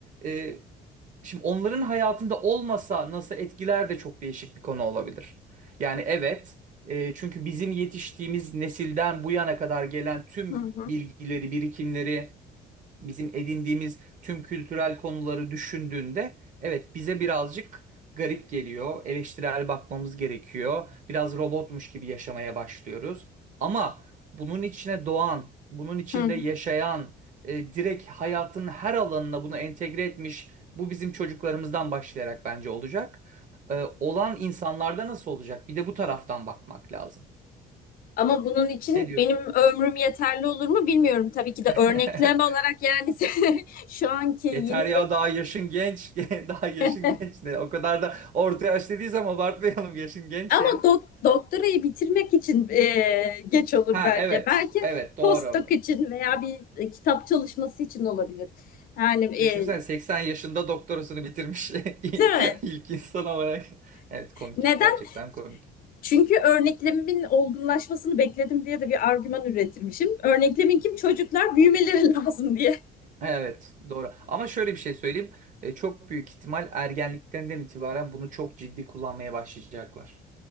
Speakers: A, on the right (about 50°); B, on the left (about 55°).
A: e, şimdi onların hayatında olmasa nasıl etkiler de çok değişik bir konu olabilir. Yani evet e, çünkü bizim yetiştiğimiz nesilden bu yana kadar gelen tüm
B: hı hı, hı hı,
A: bilgileri, birikimleri bizim edindiğimiz tüm kültürel konuları düşündüğünde evet bize birazcık garip geliyor. Eleştirel bakmamız gerekiyor. Biraz robotmuş gibi yaşamaya başlıyoruz. Ama bunun içine doğan, bunun içinde
B: hı hı.
A: yaşayan, e, direkt hayatın her alanına bunu entegre etmiş bu bizim çocuklarımızdan başlayarak bence olacak. E, olan insanlarda nasıl olacak? Bir de bu taraftan bakmak lazım.
B: Ama bunun için
A: Ne diyorsun?
B: benim ömrüm yeterli olur mu bilmiyorum. Tabii ki de
A: <laughs>
B: örneklem olarak yani <laughs> şu anki yeni
A: Yeter ya daha yaşın genç. <laughs> Daha yaşın
B: <laughs>
A: genç ne? O kadar da orta yaş dediği zaman abartmayalım. Yaşın genç
B: ama
A: ya.
B: dok- doktorayı bitirmek için e, geç olur
A: Ha
B: bence.
A: evet.
B: Belki
A: Evet doğru.
B: postdoc için veya bir e, kitap çalışması için olabilir. Yani
A: Düşünsene
B: e,
A: 80 yaşında doktorasını bitirmiş <laughs>
B: değil mi?
A: ilk insan olarak. Evet komik.
B: Neden?
A: Gerçekten komik.
B: Çünkü örneklemimin olgunlaşmasını bekledim diye de bir argüman üretirmişim. Örneklemin kim? Çocuklar büyümeleri <laughs> lazım diye.
A: Evet doğru. Ama şöyle bir şey söyleyeyim. E, çok büyük ihtimal ergenliklerinden itibaren bunu çok ciddi kullanmaya başlayacaklar.